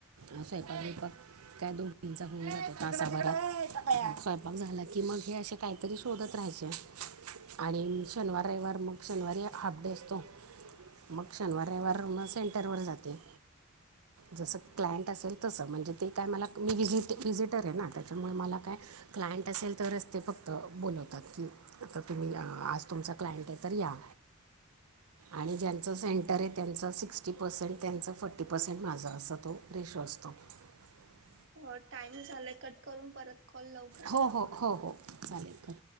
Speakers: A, on the right; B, on the right.
A: अ स्वयंपाक बिपाक काय दोघींचा होऊन जातो तसाभरात, स्वयंपाक झाला की मग हे असे काहीतरी श शोधत राहायचे आणि शनवार, रविवार मग शनिवारी हाफ डे असतो मग शनिवार रविवार म सेंटर वर जाते. जसं क्लायंट असेल तसं, म्हणजे ते काय मला मी व्हिजीट व्हिजिटरये ना, त्याच्यामुळे मला काय क्लायंट असेल तरच ते फक्त बोलवतात की, तर तुम्ही आज तुमचा क्लायंट आहे तर या. आणि ज्यांचं सेंटरये त्यांचा सिक्स्टी पर्सेंट त्यांचा, फोर्टी पर्सेंट माझा असा तो रेशो असतो. <unintelligible>
B: हो टाइम झालाय, कट करून परत कॉल लावू का?
A: हो हो हो हो. चालेल कर.